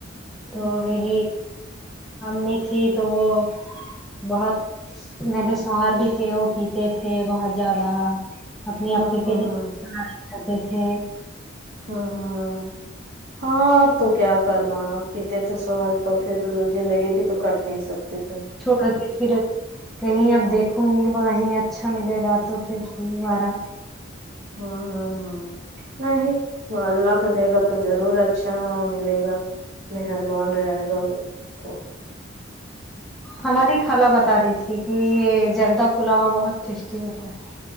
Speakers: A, in the centre; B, on the right.
A: تو
B: ہوں
A: میری امی تھی تو وہ بہت میرے شوہر بھی تھے وہ پیتے تھے بہت زیادہ اپنی
B: ہوں
A: آپپی
B: ہوں
A: کے بھی
B: ہوں
A: گھر کرتی تھی
B: امم امم تو کیا کرنا پیتے تھے شوہر تو پھر زندگی بھی تو کٹ نہیں سکتی تھی
A: کہی پھر کہیں اب دیکھوں گی کہیں اچھا ملے گا تو پھر دوبارہ
B: امم امم امم نہیں اللہ کرے گا تو ضرور اچھا ملے گا مہربان رہے گا تو
A: ہماری خالہ بتا رہی تھی کہ یہ جردہ پلاؤ بہت ٹیسٹی ہوتا ہے